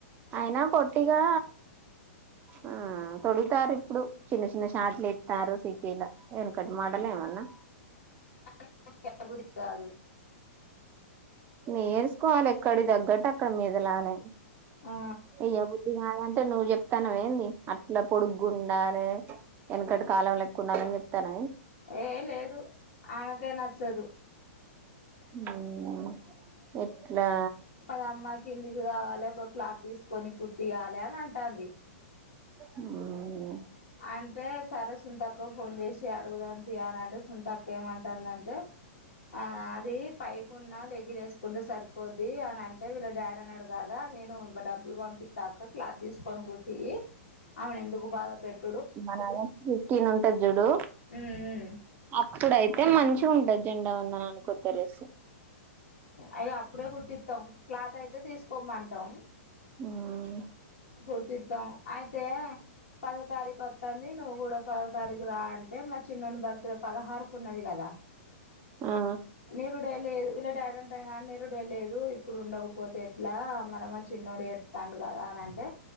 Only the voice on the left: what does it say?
<inaudible> <inaudible> బూది కాదు
ఆ
ఏ లేదు ఆమెకే నచ్చదు.
పదమ్మ కిందికి కావాలే ఒక క్లాత్ తీసుకొని కుట్టియాలే అని అంటాంది.
అంటే సరే సుంతక్కకు ఫోన్ చేసి అడుగుదాం తీ అని అంటే సుంతక్క ఏమంటాందంటే? ఆ అది పైకున్న లేగ్గినేసుకుంటే సరిప్ పోద్ది అని అంటే వీళ్ళ డాడీ అన్నాడు కదా నేను డబ్బులు పంపిత్తాక్క క్లాత్ తీసుకొని కుట్టియ్యి ఆమెను ఎందుకు బాధ పెట్
ఉమ్ ఉమ్
అగ అప్పుడే కుట్టిత్తం క్లాత్ అయితే తీసుకోమంటాం.
పొట్టిత్తాం అయితే పదో తారీఖు వత్తంది నువ్వు కూడా పదో తారీఖు రా అంటే మా చిన్నోని బర్త్డే పదహారుకు ఉన్నది కదా ఆ
నీరుడే లేదు వీళ్ళ డాడ్ అంటాండు కదా నీరుడే లేదు ఇప్పుడు ఉండకపోతే ఎట్ల మల్ల మా చిన్నోడు ఏడస్తాండుగాదా అంటే